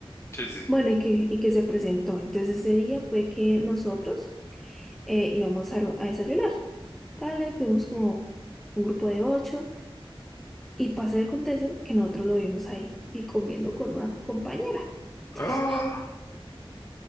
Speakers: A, on the left (about 25°); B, in the centre.
A: Sí, sí. sí.
B: Bueno, y que, y que se presentó. Entonces ese día fue que nosotros eh, íbamos a, lo- a desayunar. Dale, fuimos como un grupo de ocho y pasa y acontece que nosotros lo vimos ahí y comiendo con una compañera. Entonces,
A: ¡Ah!